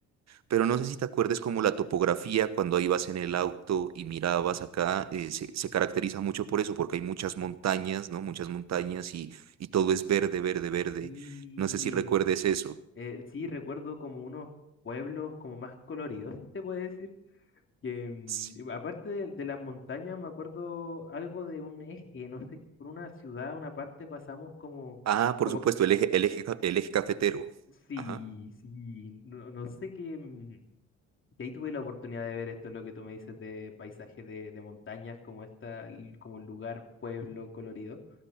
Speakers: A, on the right; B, on the left.
A: pero no sé si te acuerdes como la topografía cuando ibas en el auto y mirabas acá, eh, se, se caracteriza mucho por eso, porque hay muchas montañas, ¿no? Muchas montañas y, y todo es verde, verde,
B: <laughs>
A: verde.
B: sí.
A: No sé si recuerdes eso.
B: Eh, sí, recuerdo como unos pueblos como más coloridos, si se puede decir. Que, mm,
A: Sí.
B: aparte de, de las montañas, me acuerdo algo de un eje, no sé, por una ciudad, una parte pasamos como,
A: Ah, por
B: como,
A: supuesto, el eje, el eje, ca- el eje cafetero.
B: sí,
A: Ajá,
B: sí, no, no sé qué, mm, que ahí tuve la oportunidad de ver esto, lo que tú me dices de paisaje de, de montañas, como esta, l- como un lugar, pueblo colorido.